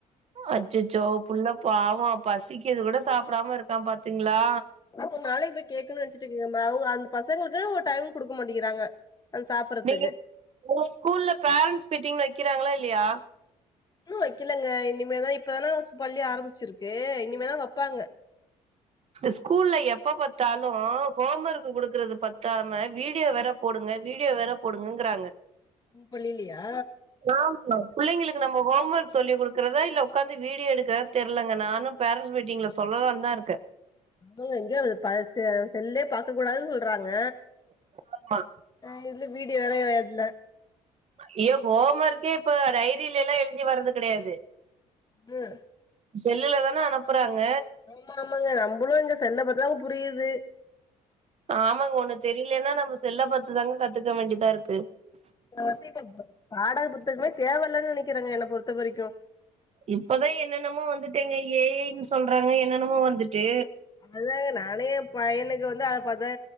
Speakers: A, on the right; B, on the left.
A: அச்சச்சோ புல்ல பாவோ பசிக்குது கூட சாப்பிடாம இருக்கா பாத்தீங்களா
B: ஒரு நாளைக்கி போய் கேட்கணு நனச்சி இருக்கே அந்த பசங்களுக்கு ஒரு டைம் குடுக்க மாட்டேங்கிறாங்க சாப் ப்ரத்துக்கு
A: நீங்க உங்க ஸ்கூல்ல பேரண்ஸ் மீட்டிங்னு வைக்கிறாங்களா இல்லயா
B: இன்னு வக்கலங்க இனிமேதா இப்பதானே பள்ளி ஆரம்பிச்சிருக்கு இனிமேதா வப்பாங்க
A: ஸ்கூல்ல எப்ப பாத்தாலு இப்போ ஹோம் வொர்க் குடுக்கறது பத்தாம வீடியோ வேற போடுங்க வீடியோ வேற போடுங்கங்றாங்க
B: ப்பள்ளிலலையா
A: ஆமா புள்ளிங்களுக்கு நம்ம ஹோம் ஒர்க் சொல்லி குடுக்குறதா இல்ல உக்காந்து வீடியோ எடுக்கிறதா தெரியிலங்க நானு பேரன்ஸ் மீட்டிங்ல சொல்லாந்தா இருக்க
B: ஆ இங்க எங்க செல்லே பாக்க கூடாதுன்னு சொல்றாங்க
A: ஆமா.
B: ஆ இதுல வீடியோ வேற இடைல்ல
A: ஐய்யோ ஹோம் ஒர்க்கே இப்ப டைரியில லா எழுதி வர்றது கடையாது
B: ம்
A: செல்லுல தான அனுப்புறாங்க
B: ஆமா ஆமாங்க நம்மளு அந்த செல்ல பாத்தா தா புரியிது
A: ஆமாங்க ஒண்ணு தெரியலன்னா நம்ம செல்ல பாதுதாங்க கத்துக்க வேண்டியதா இருக்கு
B: வந்து இப்ப பாடக புத்தகமே தேவ இல்லனு நனக்கிறேங்க என்ன பொறுத்த வரைக்கு
A: இப்பதா என்னென்னமோ வந்திட்டேங்க ஏ ஐய்ன்னு சொல்றாங்க என்னனமோ வந்துட்டு
B: அதுதா நானே எ பையனுக்கு வந்து அத பாத்துதா